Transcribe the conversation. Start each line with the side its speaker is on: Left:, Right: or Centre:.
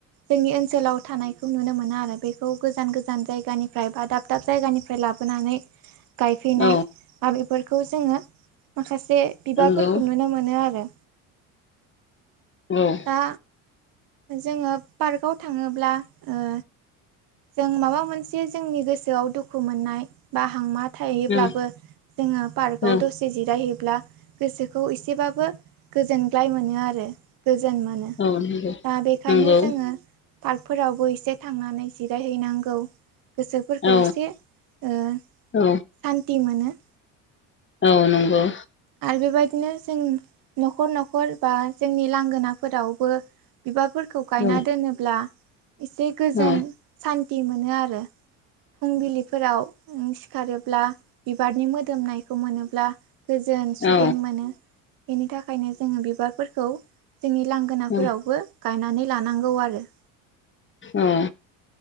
Right: जोंनि ओनसोलाव थानाय बेखौ नुनो मोनो आरो बेखौ गोजान गोजान जायगानिफ्राय बा दाब दाब जायगानिफ्राय लाबोनानै गायफैनाय
Left: औ
Right: बा बेफोरखौ जोङो माखासे बिबारफोरखौ
Left: नंगौ
Right: नुनो मोनो आरो
Left: औ
Right: दा जोङो पार्कआव थाङोब्ला ओ जों माबा मोनसे जोंनि गोसोआव दुखु मोननाय बा हांमा थायोब्लाबो
Left: औ
Right: जोङो पार्कआव
Left: औ
Right: दसे जिरायहैब्ला गोसोखौ एसेबाबो गोजोनग्लाय मोनो आरो गोजोन मोनो।
Left: औ नंगौ
Right: दा बेखायनो
Left: नंगौ
Right: जोङो पार्कफोरावबो एसे थांनानै जिरायहैनांगौ गोसोफोरखौ
Left: औ
Right: एसे ओ
Left: औ
Right: सान्थि मोनो।
Left: औ नंगौ।
Right: आरो बेबायदिनो जों नखर नखर बा जोंनि लांगोनाफोरावबो बिबारफोर फोरखौ गायना
Left: औ
Right: दोनोब्ला एसे गोजोन
Left: औ
Right: सान्थि मोनो आरो। फुंबिलिफोराव सिखारोब्ला बिबारनि मोदोमनायखौ मोनोब्ला गोजोन सुदेम
Left: औ
Right: मोनो बेनि थाखायनो जोङो बिबारफोरखौ जोंनि लां गोनाफोरावबो
Left: औ
Right: गायनानै लानांगौ आरो।
Left: औ